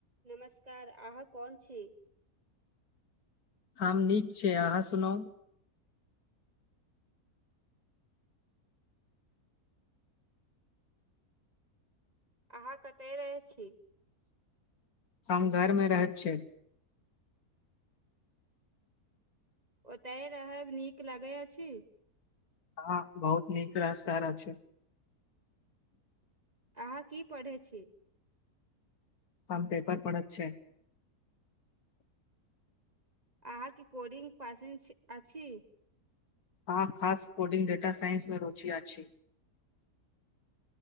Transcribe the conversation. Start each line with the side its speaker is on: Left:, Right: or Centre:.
Right: नमस्कार अहाँ कोन छी।
Left: हम नीक छै अहाँ सुनू।
Right: अहाँ कतय रहै छी।
Left: हम घरमे रहैत छिय
Right: ओतयहि रहब नीक लगैत अछि।
Left: हँ बहुत नीक रास सारा छै।
Right: अहाँ की पढ़ै छी।
Left: आम पेपर परड़त छै।
Right: अहाँ क कोडिंग पासे अछि।
Left: हँ खास कोडिंग ेटा साइंसमे रुचि अछि छै।